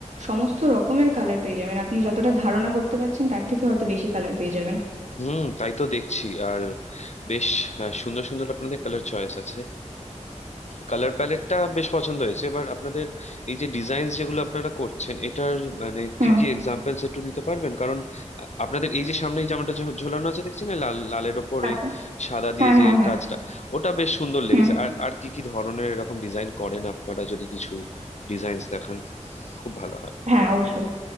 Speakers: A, on the right; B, on the left.
A: সমস্ত রকমের কালার পেয়ে যাবেন আপনি যতটা ধারণা করতে পারছেন তার থেকে হয়তো বেশি কালার পেয়ে যাবেন
B: হুম তাই তো দেখছি আর বেশ আহ, সুন্দর সুন্দর আপনাদের কালার চয়েস আছে কালার প্যালেটটা বেশ পছন্দ হয়েছে এবার আপনাদের এই যে ডিজাইন যেগুলো আপনারা করছেন এটার মানে
A: হুম
B: কি কি এক্সাম্পলস একটু দিতে পারবেন কারণ আহ, আপনাদের এই যে সামনে এই জামাটা ঝো- ঝোলানো আছে দেখছি না লাল লালের ওপর
A: আচ্ছা
B: ওই সাদা দিয়ে
A: হ্যাঁ হ্যাঁ
B: যে
A: হ্যাঁ
B: কাজটা ওটা বেশ সুন্দর লেগেছে
A: হুম
B: আর আর কি কি ধরনের এরকম ডিজাইন করেন আপনারা যদি কিছু ডিজাইনস দেখান খুব ভালো হয়
A: হ্যাঁ অবশ্যই